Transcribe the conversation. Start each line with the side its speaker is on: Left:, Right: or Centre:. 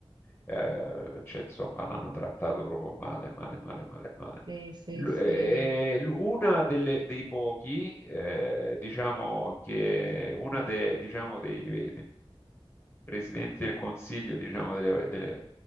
Left: eh, cioè, insomma, l'hanno trattato proprio male, male, male, male, male.
Right: Sì, sì,
Left: Lu-
Right: sì.
Left: e- e lu- Una delle, dei pochi, eh, diciamo che una de- diciamo, dei, dei presidenti del Consiglio, diciamo, delle- delle-